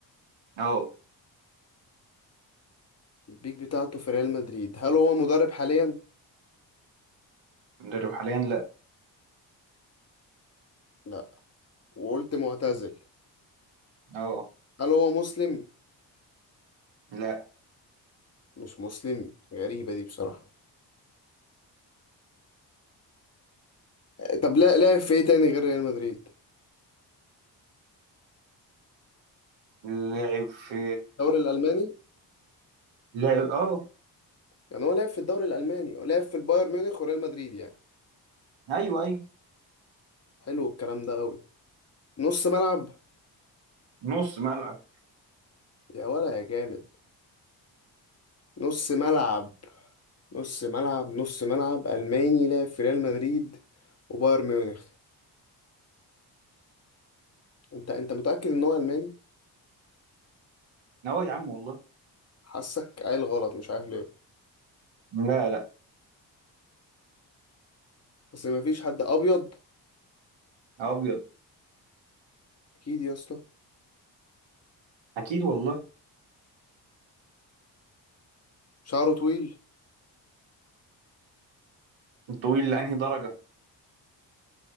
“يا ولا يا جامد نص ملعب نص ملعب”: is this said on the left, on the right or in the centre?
Left